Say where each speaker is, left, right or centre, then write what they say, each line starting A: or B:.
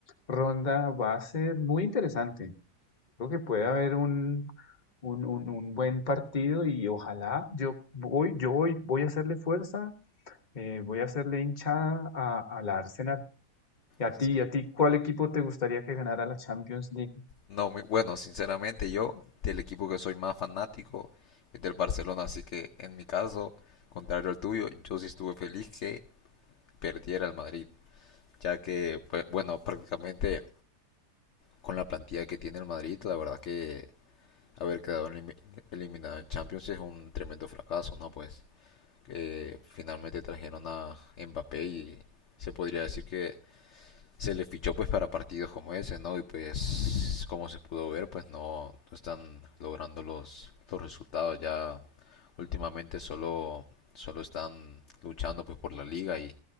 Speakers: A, on the left; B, on the left.
A: ronda va a ser muy interesante. Creo que puede haber un, un, un- un buen partido y ojalá yo voy, yo voy, voy a hacerle fuerza eh, voy a hacerle hinchada a, al Arsenal. ¿Y a
B: sí.
A: ti, y a ti, cuál equipo te gustaría que ganara la Champions League?
B: No, mi- bueno, sinceramente yo del equipo que soy más fanático es del Barcelona, así que en mi caso, contrario al tuyo, yo sí estuve feliz que perdiera el Madrid, ya que, pues, bueno, prácticamente con la plantilla que tiene el Madrid, la verdad que haber quedado elimi- eliminado en Champions es un tremendo fracaso, ¿no? Pues eh, finalmente trajeron a Mbappé y se podría decir que se le fichó pues para partidos como ese, ¿no? Y pues como se pudo ver, pues no, no están logrando los, los resultados ya últimamente solo solo están luchando pues por la liga y